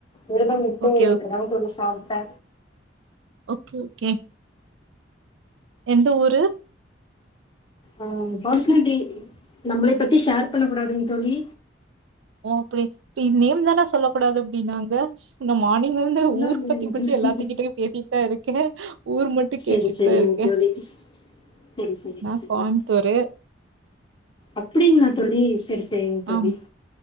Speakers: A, on the left (about 25°); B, on the right (about 80°).
A: விருதம் விட்டு
B: ஓகே
A: இப்பதான் தோழி சாப் த
B: ஓகே ஓகே எந்த ஊரு
A: ஆஹ் பர்சனாலிட்டி நம்மளை பத்தி ஷேர் பண்ணக் கூடாதுங்க தோழி
B: அப்டி நேம் தானே சொல்லக்கூடாது அப்படின்னாங்க நம் மார்னிங்கிருந்து
A: அப்படிலா
B: ஊர்
A: இல்லைங்க
B: பத்தி பற்றி
A: தோழி.
B: எல்லாத்த கிட்ட பேசிட்டா இருக்கு கே ஊர் மட்டும் கேட்டுட்டு
A: சரி சரிங்க
B: தான் இருக்கேன்
A: தோழி சரி சரி
B: நான்
A: தோழி.
B: கோயமுத்தூரு
A: அப்படிங்களா தோழி சேரி சே சேரிங்க தோழி
B: ஆமா